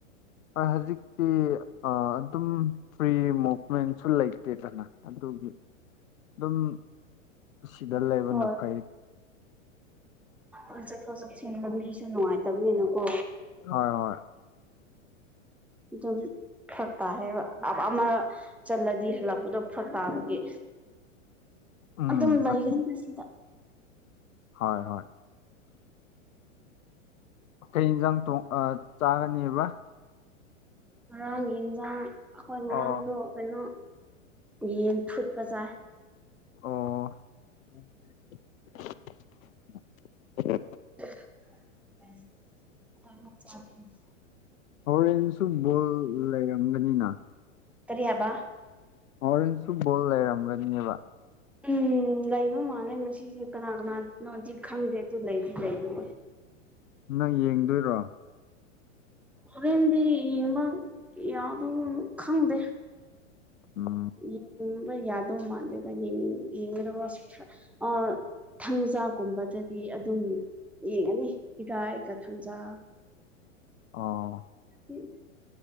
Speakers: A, on the left; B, in the centre.
A: ꯍ ꯍꯧꯖꯤꯛꯇꯤ ꯑꯗꯨꯝ ꯐ꯭ꯔꯤ ꯃꯨꯚꯃꯦꯟꯁꯨ ꯂꯩꯇꯦꯗꯅ ꯑꯗꯨꯒꯤ ꯑꯗꯨꯝ ꯁꯤꯗ ꯂꯩꯕꯅ
B: ꯍꯣꯏ
A: ꯐꯩ
B: ꯎꯝ ꯆꯠꯊꯣ ꯆꯠꯁꯤꯟ ꯂꯝꯕꯤꯁꯨ ꯅꯨꯡꯉꯥꯏꯇꯕꯅꯤꯅꯀꯣ
A: ꯍꯣꯏ ꯍꯣꯏ
B: ꯗꯨꯝ ꯐꯔꯛ ꯇꯥꯌꯦꯕ ꯑ ꯑꯃ ꯆꯜꯂꯗꯤ ꯍꯜꯂꯛꯄꯗꯣ ꯐꯔꯛ ꯇꯥꯕꯒꯤ
A: ꯎꯝ
B: ꯑꯗꯨꯝ ꯂꯩꯒꯅꯤ
A: ꯑꯗꯨ
B: ꯁꯤꯗ
A: ꯍꯣꯏ ꯍꯣꯏ ꯀꯩ ꯌꯦꯟꯁꯥꯡ ꯊꯣꯡ ꯆꯥꯒꯅꯦꯕ
B: ꯉꯔꯥꯡꯒꯤ ꯌꯦꯟꯁꯥꯡ ꯑꯩꯈꯣꯏ ꯉꯔꯥꯡꯗꯣ
A: ꯑꯣ
B: ꯀꯩꯅꯣ ꯌꯦꯟ ꯊꯨꯠꯄ ꯆꯥꯏ
A: ꯑꯣ
B: ꯔ <unintelligible>
A: ꯍꯣꯔꯦꯟꯁꯨ ꯕꯣꯜ ꯂꯩꯔꯝꯒꯅꯤꯅ
B: ꯀꯔꯤ ꯍꯥꯏꯕ
A: ꯍꯣꯔꯦꯟꯁꯨ ꯕꯣꯜꯂꯦ ꯂꯩꯔꯝꯒꯅꯤꯕ
B: ꯎꯝ ꯂꯩꯕ ꯃꯥꯥꯟꯂꯦ ꯉꯁꯤꯁꯦ ꯀꯅꯥ ꯀꯅꯥꯅꯣꯗꯤ ꯈꯪꯗꯦ ꯑꯗꯨ ꯂꯩꯗꯤ ꯂꯩꯕꯅꯦ
A: ꯅꯪ ꯌꯦꯡꯗꯣꯏꯔꯣ
B: ꯍꯣꯔꯦꯟꯗꯤ ꯌꯦꯡꯕ ꯌꯥꯗꯣ ꯈꯪꯗꯦ
A: ꯎꯝ
B: ꯌꯦꯡꯉꯕ ꯌꯥꯗꯧ ꯃꯥꯟꯗꯦꯒ ꯌꯦ ꯌꯦꯡꯉ꯭ꯔꯒ ꯑ ꯊꯥꯡꯖꯥꯒꯨꯝꯕꯗꯗꯤ ꯑꯗꯨꯝ ꯌꯦꯡꯉꯅꯤ ꯏꯔꯥꯏꯒ ꯊꯥꯡꯖꯥ
A: ꯑꯣ
B: ꯎꯝ